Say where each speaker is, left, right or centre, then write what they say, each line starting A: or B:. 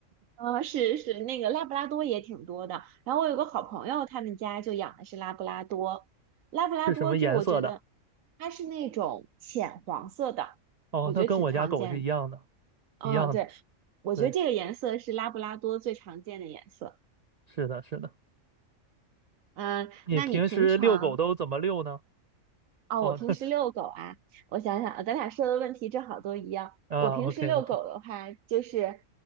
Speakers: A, on the right (about 85°); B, on the right (about 60°).
A: 啊、是是，那个拉布拉多也挺多的。然后我有个好朋友，他们家就养的是拉布拉多。拉布拉多就我觉得
B: 是什么颜色的？
A: 它是那种浅黄色的，
B: 哦，
A: 我觉得挺常见的。
B: 它跟我家狗是一样的，
A: 嗯，
B: 一样的。
A: 对，我觉得这个颜色是拉布拉多最常见的颜色。
B: 对，是的，是的。
A: 嗯，
B: 你平时遛狗都怎么遛呢？
A: 那你平常哦，
B: 哦，
A: 我平时遛狗啊，
B: <laughs>
A: 我想想，咱俩说的问题正好都一样。
B: 啊，OK
A: 我平时遛狗的话，
B: OK
A: 就是